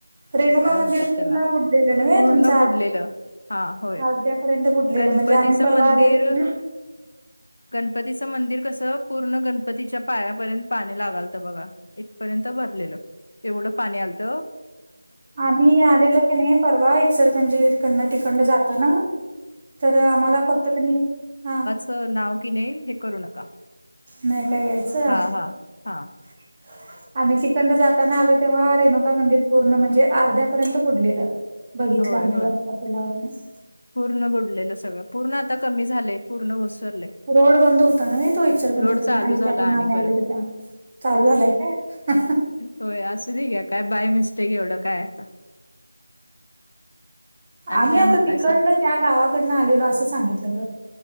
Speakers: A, on the right; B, on the left.
A: रेणुका
B: काय
A: मंदिर
B: म्हणतात
A: पूर्ण
B: त्याला?
A: बुडलेलं नव्हे
B: पूर्ण
A: तुमचं आत
B: बुडलेलं हा होय.
A: अर्ध्यापर्यंत बुडलेलं
B: गणपतीचं
A: म्हणजे आम्ही परवा
B: मंदिर
A: आलेलो की
B: <inaudible>
A: नाही
B: गणपतीचं मंदिर कसं पूर्ण गणपतीच्या पायापर्यंत पाणी लागालत बघ. इथपर्यंत भरलेलं एवढं पाणी आलत.
A: आम्ही आलेलो की नाही परवा इचलकरंजी कडनं तिकडंन जातान तर आम्हाला फक्त कनी हा हा.
B: तर नाव की नाही हे करू नका.
A: नाही काय घ्यायचं.
B: हा हा हा
A: <inaudible> आम्ही तिकडंन जातान आलो तेव्हा रेणुका मंदिर पूर्ण म्हणजे अर्ध्या पर्यंत बुडलेलं. बघितलं
B: होय
A: आम्ही
B: होय
A: वरच्या पुलावरणच.
B: पूर्ण बुडलेलं. सगळं पूर्ण आता कमी झालंय. पूर्ण ओसरलंय.
A: रोड बंद होता नव्हे तो इचलकरंजी
B: रोड
A: कडंन
B: चालू
A: आय
B: झाला
A: टी आय कडन
B: आणि
A: आम्ही
B: परत
A: आलेलो तेव्हा. चालू झालंय काय?
B: होय असू दे घ्या काय बाय मिस्टेक एवढं काय आता. आणि
A: आम्ही
B: काय
A: आता
B: म्हणताय
A: तिकंडन
B: सांग
A: त्या गावाकडनं आलेलो असं सांगितलं गं.